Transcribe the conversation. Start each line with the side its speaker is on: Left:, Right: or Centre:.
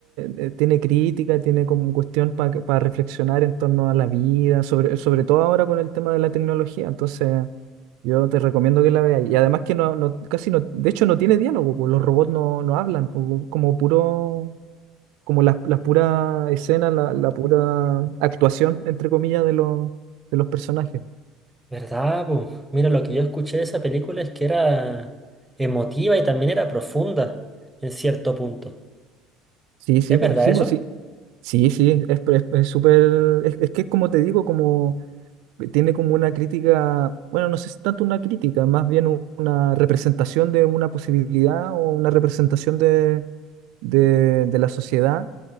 Right: eh, tiene crítica, tiene como cuestión para reflexionar en torno a la vida, sobre, sobre todo ahora con el tema de la tecnología. Entonces, yo te recomiendo que la veas. Y además que no, no- casi no, de hecho no tiene diálogo, po. Los robots no, no hablan, po. Como puro, como las las puras escenas, la, la pura actuación, entre comillas, de los, de los personajes.
Centre: ¿Verdad, po? Mira, lo que yo escuché de esa película es que era emotiva y también era profunda en cierto punto.
Right: Sí, sí,
Centre: ¿Es
Right: po,
Centre: verdad
Right: sí,
Centre: eso?
Right: po, sí. Sí, sí, es es- es súper, es, es que es como te digo, como tiene como una crítica, bueno, no sé si tanto una crítica, más bien u- una representación de una posibilidad o una representación de, de, de la sociedad